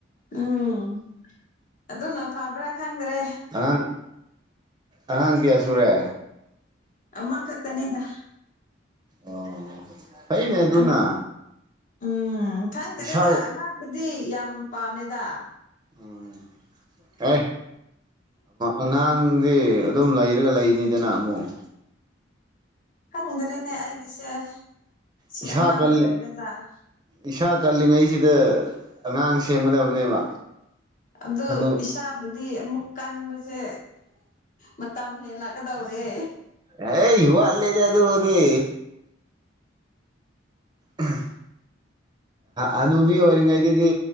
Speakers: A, on the left; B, on the right.
A: ꯎꯝ ꯑꯗꯨꯅ ꯐꯕ꯭ꯔꯥ ꯈꯪꯗ꯭ꯔꯦ
B: ꯑꯉꯥꯡ ꯑꯉꯥꯡ ꯀꯌꯥ ꯁꯨꯔꯦ
A: ꯑꯃ ꯈꯛꯇꯅꯤꯗ
B: ꯑꯣ ꯐꯩꯅꯦ ꯑꯗꯨꯅ
A: ꯑꯃ ꯎꯝ ꯈꯪꯗꯔꯦꯗ
B: ꯏꯁꯥ
A: ꯑꯉꯥꯡꯕꯨꯗꯤ ꯌꯥꯝ ꯄꯥꯝꯃꯦꯗ
B: ꯎꯝ ꯑꯦ ꯑꯉꯥꯡꯗꯤ ꯑꯗꯨꯝ ꯂꯩꯔꯒ ꯂꯩꯅꯤꯗꯅ ꯑꯃꯨꯛ
A: ꯈꯪꯗ꯭ꯔꯦꯅꯦ ꯑꯩꯒꯤꯁꯦ ꯁꯤ
B: ꯄꯁꯥ
A: ꯑꯃꯅ
B: ꯀꯜꯂꯦ
A: ꯂꯣꯏꯔ ꯖꯥꯠꯂꯥ
B: ꯏꯁꯥ ꯀꯜꯂꯤꯉꯩꯁꯤꯗ ꯑꯉꯥꯡ ꯁꯦꯝꯒꯗꯕꯅꯦꯕ
A: ꯑꯗꯨ
B: ꯍꯅꯨ
A: ꯏꯁꯥꯕꯨꯗꯤ ꯑꯃꯨꯛ ꯀꯟꯕꯁꯦ ꯃꯇꯝ ꯍꯦꯂꯛ ꯀꯗꯧꯔꯦ
B: ꯑ ꯋꯥꯠꯂꯦꯅꯦ ꯑꯗꯨꯕꯨꯗꯤ ꯎꯝ ꯍꯅꯨꯕꯤ ꯑꯣꯏꯔꯤꯉꯩꯗꯗꯤ